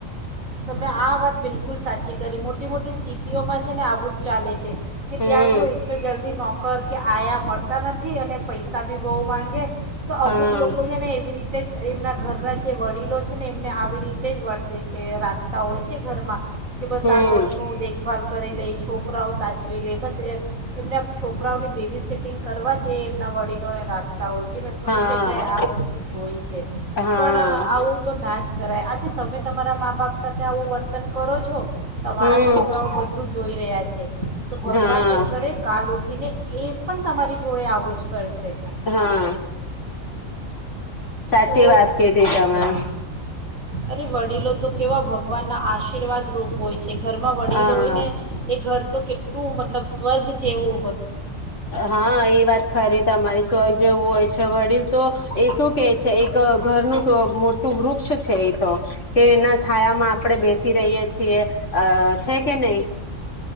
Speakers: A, on the right; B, on the left.
A: તમે આ વાત બિલકુલ સાચી કરી. મોટી મોટી સિટીઓમાં છે ને આવું જ ચાલે છે કે
B: હમ
A: ત્યાં જો એ તો જલ્દી નોકર કે આયા મળતા નથી અને પૈસા ભી બહુ માગે. તો અમુક
B: હા
A: લોકો છે ને એવી રીતે એમના ઘરના જે વડીલો છે. છે ને એમને આવી રીતે તે જ વર્તે છે રા તા હોય. છે ઘરમાં કે બસ
B: હમ
A: આ ઘરનો દેખ ભલ કરી લઈ છો. છોકરાઓ સાચવે લે બસ એ. એમના છોકરાઓની બેબી સિટિંગ કરવા જ એમના વડીલોને રાખ હોય છે મેં ઘણી
B: હા
A: જગ્યાએ આ વસ્તુ જોઈ છે
B: હા
A: પણ આવું તો નાચ કરાય આજે તમે તમારા મા બાપ સાથે ત્યાં આવું વર્તન કરો છો. તમારા
B: હમ
A: છોકરાઓ બધું જોઈ રહ્યા છે. છે. તો ભગવાન
B: હા
A: નહી કરે કાલ ઉઠ થીને એ પણ તમારી જોડે આવું જ કરશે.
B: હા. સાચી
A: તો
B: વાત કીધી તમે.
A: હા અરે વડીલો તો કેવા ભગવાન ના આશીર્વાદ રૂપ હોય જે ઘરમાં વડીલ
B: હા
A: હોય ને એ ઘર તો કેટ તું મતલબ સ્વર્ગ જેવો
B: હા એ વાત ખરી તમારી. જેવું હોય છે વડીલ તો એ શું કે છે એક ઘરનું મોટું વૃક્ષ છે એ તો કે એના છાયામાં આપણેે બેસી રહીય છીએ છે કે નહી.